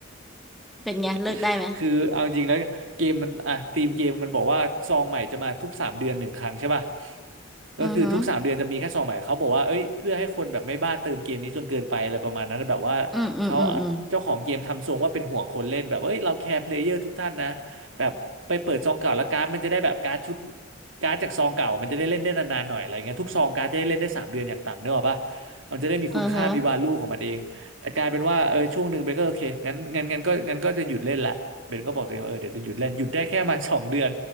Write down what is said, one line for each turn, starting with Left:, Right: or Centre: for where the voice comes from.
Centre: เป็นไงเลิกได้ไหม
Right: <laughs> คือเอาจริงนะเกมมันอ่ะทีมเกมมันบอกว่าซองใหม่จะมาทุกสามเดือนหนึ่งครั้งใช่ป่ะก็คือทุกสามเดือนจะมีแค่ซองใหม่เขาบอกว่าเอ้ยเพื่อให้คนแบบไม่บ้าเติมเกมนี้จนเกินไปอะไรประมาณนั้นแบบว่าเขา
Centre: อือฮึอืมอืมอืมอืม
Right: เจ้าของเกมทำทรงว่าเป็นห่วงคนเล่นแบบเอ้ยเราแคร์เพลเยอร์ทุกท่านนะแบบไปเปิดซองเก่าแล้วการ์ดมันจะได้แบบการ์ดชุด การ์ดจากซองเก่ามันจะได้เล่นได้นานๆหน่อยอะไรเงี้ยทุกซองการ์ดจะได้เล่นได้สามเดือนอย่างต่ำเนกอะปะมันจะได้มีคุณค่ามีวาลูของมันเองแต่กลายเป็นว่าเออช่วงหนึ่งเบนก็โอเคงั้นงั้นงั้นก็งั้นก็จะหยุดเล่นละเบนก็บอกตัวเองว่าเออเดี๋ยวจะหยุดเล่นหยุดได้แค่ประมาณสองเดือน
Centre: อือฮึ